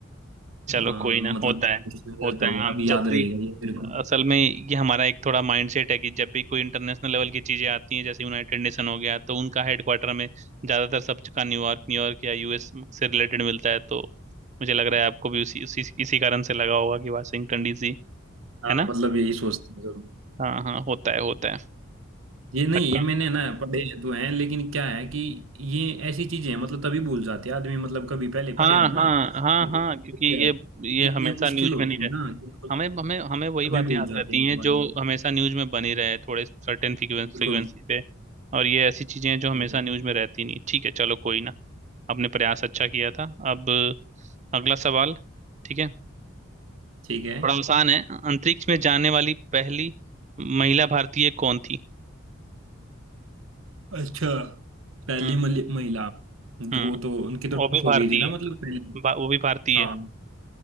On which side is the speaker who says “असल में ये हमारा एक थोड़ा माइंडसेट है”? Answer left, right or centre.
Right